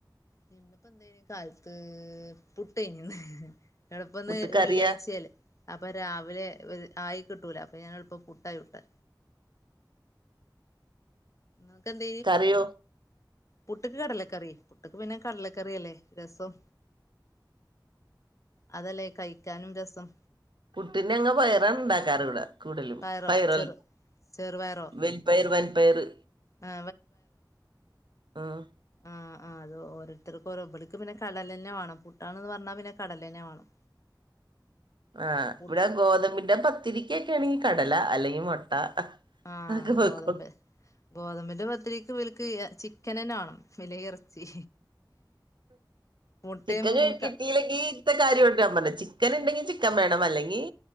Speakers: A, on the left; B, on the right.
A: നിന്നപ്പോ എന്ത കാലത്ത് പുട്ടേനിന്ന് എളുപ്പ ഒന്ന്
B: പുട്ട് കറിയാ
A: വെള്ളിയാഴ്ചയല്ലേ അപ്പൊ രാവിലെ ഒരു ആയി കിട്ടൂല അപ്പൊ ഞൻ എളപ്പ പുട്ടായി വിട്ട് ഉ കണ്ട
B: കറിയോ
A: പുട്ടക്ക് കടലക്കറി പുട്ടക്ക് പിന്നെ കടലക്കറിയല്ലേ രസം അതല്ലേ കഴിക്കാനും രസം
B: കുട്ടിന അങ്ങങ് പയറ ഉണ്ടാക്കാറ് ഇവിട കൂടുലും
A: പയറോ
B: പയറൽ
A: ചെറു ചെറുപയറോ
B: വൽപയർ വൻപയര്
A: ആ
B: ആഹ
A: ആഹ ആ അത് ഓോരുത്തർും ഓരോന്ന് പിന്നെ കടൽ തന്നെ വേണം പുട്ടാന്ന് പറഞ്ഞാൽ പിന്നെ കടല തന്നെ വേണം
B: ആഹ്
A: അപ്പൊ പു
B: ഇവിടെ ഗോതമ്പിന്റെ പത്തിരിക്കൊക്കെ ആണെങ്കിൽ കടല അല്ലെങ്കിൽ മുട്ട
A: ആഹ
B: അതൊക്കെ വെക്കും
A: ഗോതമ്പ് ഗോതമ്പിന്റെ പതിരി ഇവർക്ക് ചിക്കന തന്നണണം പിന്നെ ഇറച്ചി മുട്ടയും
B: ചിക്കൻ
A: ക
B: കിട്ടില്ലെങ്കി ഇത്തെ കാര്യംട്ട ഞാൻ പറഞ്ഞത് ചിക്കൻ ഉണ്ടെങ്കിൽ ചിക്കൻ വേണം അല്ലെങ്കിൽ